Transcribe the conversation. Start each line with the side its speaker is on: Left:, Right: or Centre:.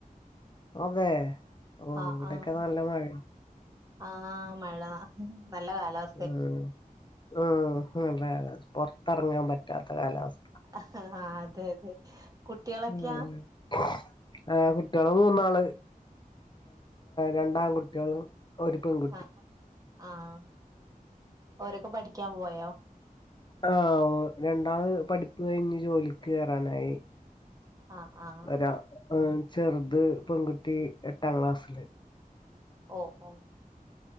Left: അതെ ഓ
Right: ആഹ്
Left: ഇവിടെക്കെ
Right: ആഹ്
Left: നല്ല മഴ
Right: ആഹ് മഴ നല്ല കാലാവസ്ഥ
Left: ഉം ഉം നല്ല കാലാവസ്ഥ പുറത്തിറങ്ങാൻ പറ്റാത്ത കാലാവസ്ഥ
Right: ആഹ് അതെ അതെ കുട്ടികളൊക്കെയാ
Left: <unintelligible> ആഹ് കുട്ടികള് മൂന്നാള് രണ്ടാകുട്ടികളും ഒരു പെണ്ണും
Right: ആഹ് ആഹ് ഓരൊക്കെ പഠിക്കാൻ പോയോ
Left: ആഹ് രണ്ടാള് പഠിപ്പ് കഴിഞ്ഞ് ജോലിക്ക് കയറാനായി
Right: ആഹ് ആഹ്
Left: ഒരാ ചെറുത് പെൺകുട്ടി എട്ടാം ക്ലാസ്സില്
Right: ഓഹ് ഓഹ്